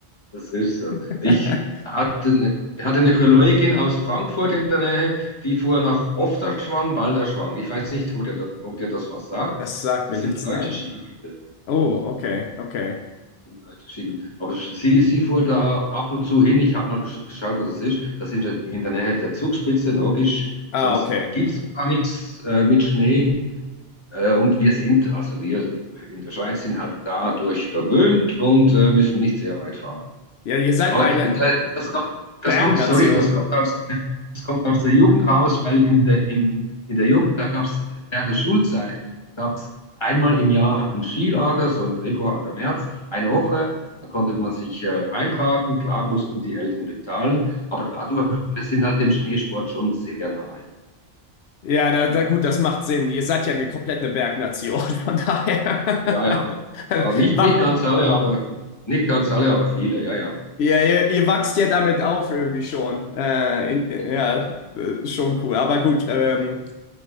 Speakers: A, on the left (about 25°); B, on the left (about 80°).
A: Das ist so.
B: <laughs>
A: Ich hatte, ne, ich hatte eine Kollegin aus Frankfurt in der Nähe, die fuhr nach Ofterschwang, Balderschwang. Ich weiß nicht, ob dir, da- ob dir das was sagt.
B: Das sagt
A: Das
B: mir nichts,
A: sind deutsche
B: nein.
A: Skigebiete.
B: Oh, okay, okay.
A: Sind deutsche Skigebiete. Aber sie, sie fuhr da ab und zu hin. Ich habe mal gesch- geschaut, wo das ist. Das sind wir in der Nähe der Zugspitze, logisch.
B: Ah,
A: Sonst
B: okay.
A: gibt es gar nichts äh, mit Schnee. Äh, und wir sind, also wir in der Schweiz sind halt dadurch verwöhnt und äh, müssen nicht sehr weit fahren.
B: Ja, ihr seid
A: Aber
B: eine
A: das kommt, das
B: Bergnation.
A: kommt, sorry, das kommt aus, das kommt aus der Jugend raus, weil in der, im, in der Jugend, da gab es während der Schulzeit, da gab es einmal im Jahr ein Skilager, so im Februar und im März, eine Woche. Da konnte man sich äh, eintragen, klar mussten die Eltern bezahlen, aber dadurch, wir sind halt dem Schneesport schon sehr nahe.
B: Ja, na, na gut, das macht Sinn. Ihr seid ja eine komplette Bergnation, <laughs> von daher.
A: Ja, ja,
B: <laughs>
A: ja, nicht,
B: Wa-
A: nicht ganz alle, aber nicht ganz alle, aber viele, ja, ja.
B: Ja, ihr, ihr wachst ja damit auf irgendwie schon. Äh, in,
A: Genau.
B: ja, äh, schon cool. Aber gut, ähm,